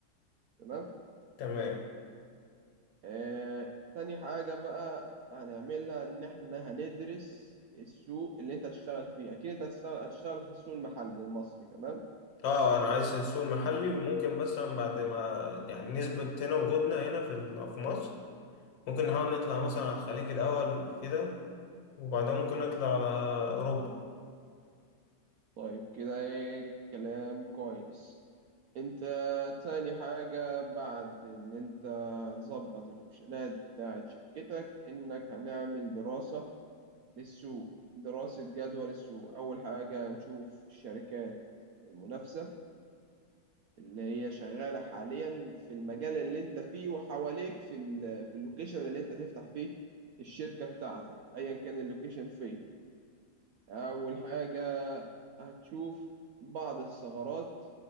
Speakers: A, on the right; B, on the left.
A: تمام
B: تمام
A: آه، تاني حاجه بقى هنعملها ان احنا هندرس السوق اللي انت هتشتغل فيه اكيد انت هتشتغل هتشتغل في السوق المحلي المصري تمام
B: اه انا عايز السوق المحلي وممكن مثلا بعد ما يعني نثبت هنا وجودنا هنا في ال- في مصر ممكن نحاول نطلع مثلا على الخليج الاول كده وبعدها ممكن نطلع على اوروبا
A: طيب كده ايه كلام كويس انت تاني حاجة بعد ان انت تظبط الاوبشنات بتاعة شركتك انك هنعمل دراسة للسوق دراسة جدوى للسوق اول حاجة نشوف الشركات المنافسة اللي هي شغالة حاليا في المجال اللي انت فيه وحواليك في ال في اللوكيشن اللي انت تفتح فيه الشركة بتاعتك ايا كان اللوكيشن فين أول حاجة هتشوف بعض الثغرات